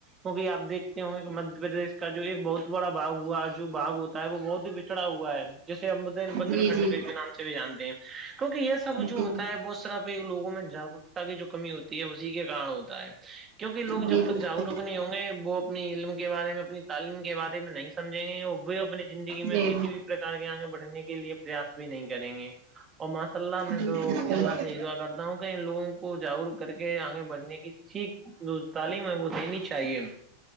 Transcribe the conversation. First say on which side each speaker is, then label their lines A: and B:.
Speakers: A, on the right; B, on the right.
A: وہی آپ دیکھتے ہوں گے کہ مدھیہ پردیش کا جو ایک بہت بڑا باغ ہوا جو باغ ہوتا ہے وہ بہت ہی چڑھا ہوا ہے جیسے امبدین بندر
B: جی
A: کھنڈ
B: جی جی
A: کے بھی نام سے بھی جانتے ہیں کیونکہ یہ سب
B: جی
A: جو ہوتا ہے وہ صرف لوگوں میں جاگر تا کی جو کمی ہوتی ہے اسی کے کارن ہوتا ہے کیونکہ لوگ
B: جی
A: جب
B: بالکل
A: تک جاگروک نہیں ہوں گے وہ اپنی علم کے بارے میں اپنی تعلیم کے بارے میں نہیں سمجھیں گے اور وہ اپنی زندگی
B: جی
A: میں کسی بھی پرکار کے آگے بڑھنے کے لیے پریاس بھی نہیں کریں گے اور ماشاء اللہ میں
B: جی
A: تو
B: بالکل
A: اللہ سے یہ دعا کرتا ہوں کہ ان لوگوں کو جاگروک کر کے آگے بڑھنے کی سیکھ جو تعلیم ہے وہ دینی چاہیے انہیں